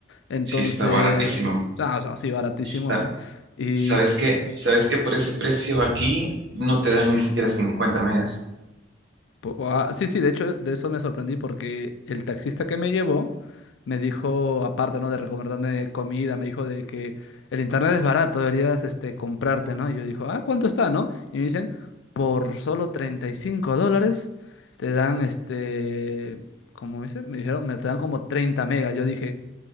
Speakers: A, on the left (about 80°); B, on the right (about 65°).
A: Entonces,
B: Sí está sí. baratísimo.
A: ah, o sea, sí, baratísimo.
B: Está-
A: ¿no? y
B: ¿sabes qué? ¿Sabes que por ese precio aquí no te dan ni siquiera 50 megas?
A: Po- ah, sí, sí, de hecho de eso me sorprendí porque el taxista que me llevó me dijo, aparte, ¿no? De recomendarme comida, me dijo de que el internet es barato, deberías este, comprarte, ¿no? Y yo dijo, ah, ¿cuánto está, no? Y me dicen, por solo 35 dólares te dan este, ¿cómo dice? Me dijeron, me te dan como 30 megas. Yo dije,